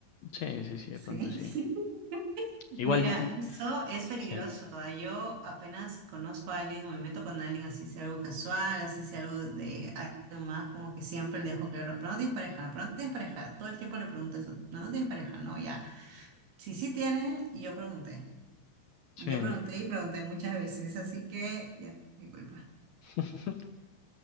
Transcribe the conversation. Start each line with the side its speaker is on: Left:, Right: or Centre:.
Left: Sí, sí, sí, de
Right: sí.
Left: pronto sí.
Right: <laughs> Mira,
Left: Igual, yo-
Right: eso es peligroso.
Left: sí,
Right: ah, Yo apenas conozco a alguien o me meto con alguien, así sea algo casual, así sea algo de algo más, como que siempre le dejo claro, pero no tienes pareja, no, pero no tienes pareja. Todo el tiempo le pregunto eso, no, no tienes pareja, no, ya. Si sí tiene, y yo pregunté.
Left: sí.
Right: Yo pregunté y pregunté muchas veces, así que ya mi culpa.
Left: <laughs>